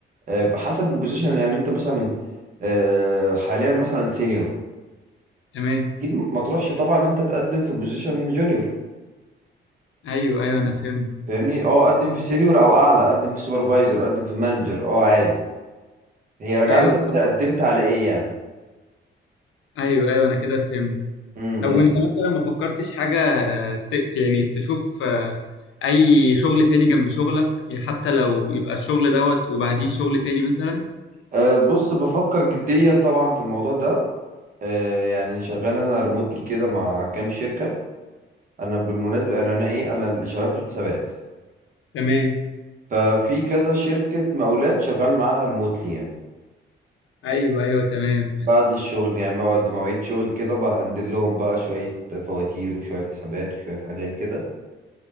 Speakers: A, on the right; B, on the left.
A: آه، حسب البوزيشن يعني انت مثلا آه، حاليا مثلا سينيور
B: تمام
A: اكيد ما تروحش طبعا ان انت تقدم في بوزيشن جونيور
B: ايوه ايوه انا فهمت
A: فاهمني اه قدم في سينيور او اعلى قدم في سوبرفايزر قدم في مانجر اه عادي هي راجعه
B: ايوه
A: لك انت
B: طب-
A: قدمت على ايه يعني
B: ايوه ايوه انا كده فهمت
A: امم
B: طب وانت مثلا ما فكرتش حاجه آه، ت- ت- يعني تشوف آه، اي شغل تاني جنب شغلك يعني حتى لو يبقى الشغل دوت وبعديه شغل تاني مثلا
A: أه بص بفكر جديا طبعا في الموضوع ده أه يعني شغال انا ريموتلي كده مع كام شركة انا بالمناسبه انا انا ايه انا اللي شغال في الحسابات
B: تمام
A: ففي كذا شركه مقاولات شغال معاها ريموتلي يعني
B: ايوه ايوه تمام
A: بعد الشغل يعني بعد مواعيد شغل كده بهندل لهم بقى شويه فواتير وشويه حسابات وشويه حاجات كده